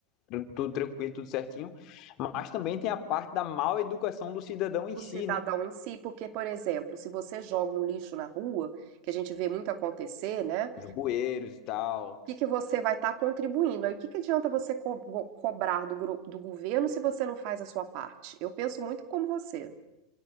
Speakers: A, on the left; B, on the right.
A: tr- tudo tranquilo, tudo certinho, mas também tem a parte da mal educação do cidadão em
B: O
A: si,
B: cidadão
A: né,
B: em si, porque, por exemplo, se você joga um lixo na rua, que a gente vê muito acontecer, né? O
A: dos bueiros e tal,
B: que que você vai estar contribuindo? Aí o que que adianta você co- go- cobrar do, gru- do governo se você não faz a sua parte? Eu penso muito como você.